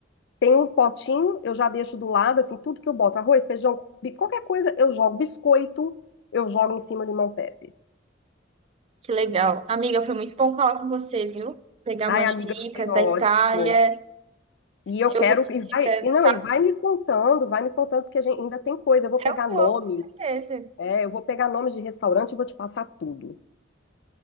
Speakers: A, on the left; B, on the right.
A: tem um potinho, eu já deixo do lado, assim, tudo que eu boto. Arroz, feijão, bi- qualquer coisa, eu jogo. Biscoito, eu jogo em cima limão pepper.
B: Que legal. Amiga, foi muito bom falar com você, viu? Pegar
A: Ai,
B: umas
A: amiga,
B: dicas
A: foi ótimo.
B: da Itália.
A: E eu
B: Eu
A: quero,
B: vou desligando,
A: e vai, e não,
B: tá?
A: e vai me contando, vai me contando, porque a gente ainda tem coisa. Eu vou pegar
B: Eu
A: nomes,
B: vou, com certeza.
A: é, eu vou pegar nomes de restaurante e vou te passar tudo.